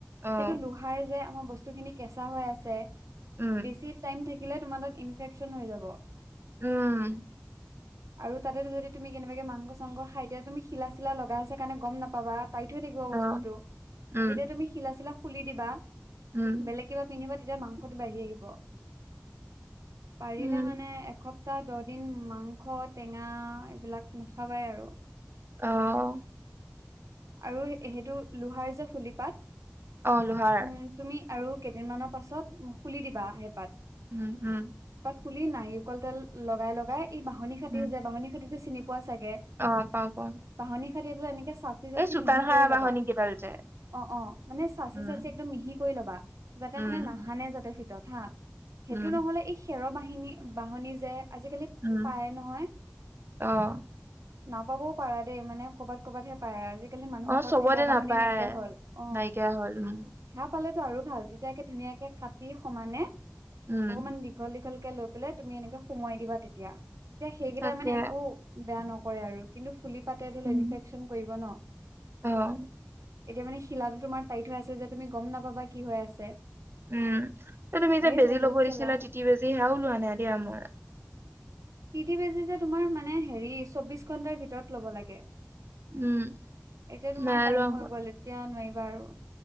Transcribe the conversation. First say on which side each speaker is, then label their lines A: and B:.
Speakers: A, on the right; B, on the right.
A: অ'
B: সেইটো লোহাৰ যে আমাৰ বস্তু খিনি কেঁচা হৈ আছে।
A: উম
B: বেছি টাইম থাকিলে, তোমাৰ তাত ইনফেকচন হৈ যাব।
A: উম।
B: আৰু তাতে যদি, তুমি কেনেবাকে মাংস চাংস খাই দিয়া, তুমি শিলা চিলা লগাই আছা কাৰণে গম নাপাবা। টাইট হৈ থাকিব বস্তুটো।
A: অ' উম
B: যেতিয়া তুমি শিলা চিলা খুলি দিবা,
A: উম
B: বেলেগ কিবা পিনহিবা তেতিয়া মাংসটো বাঢ়ি আহিব। পাৰিলে
A: উম
B: মানে, এশ তাহ দহ দিন মাংস, টেঙা এইবিলাক নাখাবাই আৰু।
A: অহ।
B: আৰু সেইটো লোহাৰ যে ফুলি পাত।
A: অ' লোহাৰ
B: উম, তুমি আৰু কেইদিন মানৰ পাছত খুলি দিবা সেই পাত।
A: উম, উম।
B: খুলি নাৰিকল তেল লগাই লগাই এই বাহনী কাঠি
A: উম
B: যে, বাহনী কাঠিটো চিনি পোৱা চাগে?
A: অ' পাওঁ পাওঁ
B: বাহনী কাঠি এডালে এনেকে চাচি চাচি
A: এই চোতাল
B: মিহি
A: সাৰা
B: কৰি ল'বা।
A: বাহনি কেইডাল যে
B: অ', অ'। মানে চাচি-চাচি
A: উম
B: একদম মিহি কৰি লবা, যাতে
A: উম
B: মানে, নাহানে যাতে ভিতৰত। হা। সেইটো
A: উম
B: নহলে এই খেৰ বাহিনী, বাহনী যে। আজিকালি
A: উম
B: পায় নহয়।
A: অ'
B: নাপাবৌ পৰা দেই, মানে কৰ'বাত কৰ'বাত হে পাই, আজি কালি মানুহৰ
A: অ'
B: ঘৰত
A: চবতে
B: সেৱা বাহনি
A: নাপায়
B: নাইকিয়া হ'ল, অ'।
A: নাইকিয়া হ'ল উম
B: সেৱা পালেটো টো আৰু ভাল। তেতিয়া একে ধুনীয়াকে কাটি সমানে
A: উম
B: অকণমান দীঘল দীঘল কে লৈ পেলাই তুমি এনেকে সোমোৱাই দিবা তেতিয়া। তেতিয়া সেইকেইটা
A: তাকে
B: মানে একো, বেয়া নকৰে আৰু। কিন্তু ফুলি পাতে ধৰিলোৱা
A: উম
B: ইনফেকচন কৰিব ন'?
A: অ'
B: এতিয়া মানে শিলাটো তোমাৰ টাইট হৈ আছে যে, তুমি গম নাপাবা কি হৈ আছে।
A: উম। তুমি যে
B: এ
A: বেজি
B: বহুত
A: ল'ব
B: জ্বালা
A: দিছিলা? তিতি বেজি, সেয়াও লোৱা নাই দিয়া মই।
B: টিটি বেজি যে তোমাৰ মানে হেৰি, চবিশ ঘন্টাৰ ভিতৰত লব লাগে।
A: উম
B: এতিয়া তোমাৰ
A: নাই
B: টাইম
A: লোৱা
B: হৈ
A: মই
B: গ'ল, এতিয়া নোৱাৰিবা আৰু।